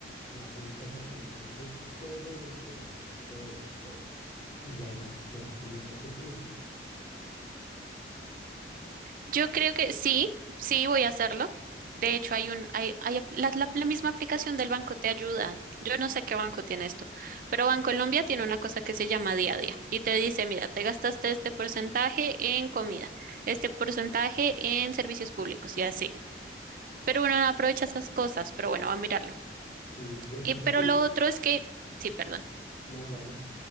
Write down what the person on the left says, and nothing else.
y apuntas absolutamente todo lo que te gastas, todo, todo. Y ya ahí vas, te vas poniendo objetivos.
Sí, yo,
yo
tengo...
No, dale.